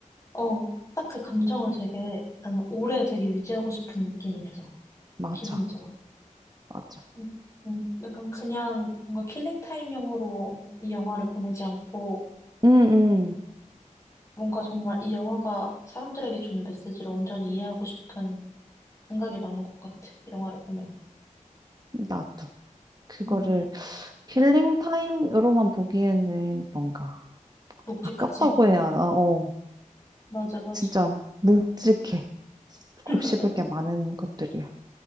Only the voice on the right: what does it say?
맞아,
맞아.
응 응
나도 그거를
킬링 타임으로만 보기에는 뭔가
아깝다고 해야 하나? 어,
진짜 묵직해. 곱씹을
게 많은 것들이야.